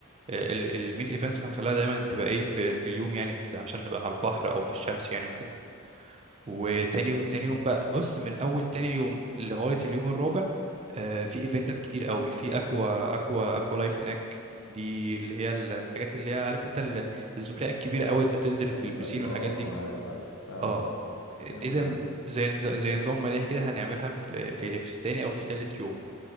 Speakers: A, on the right; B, on the left.
A: آه، ال- المين ايفنتس هنخليها دايما تبقى ايه في في اليوم يعني كده عشان نبقى على البحر او في الشمس يعني وكده وتاني يو- تاني
B: مم.
A: يوم بقى بص من اول تاني يوم لغايه اليوم الرابع آه، في ايفنتات كتير قوي في اكوا اكوا اكوا لايف هناك دي اللي هي ال- الحاجات اللي هي عارف انت ال- الزحليقه الكبيره قوي اللي بتنزل
B: ايوه
A: في البسين
B: ايوه
A: والحاجات
B: اه
A: دي
B: اه آه، عارف عارف فاهمك
A: اه
B: اه
A: دي
B: حلو
A: زي
B: جدا
A: زي زي نظام ملاهي كده هنعملها في في في تاني او في تالت يوم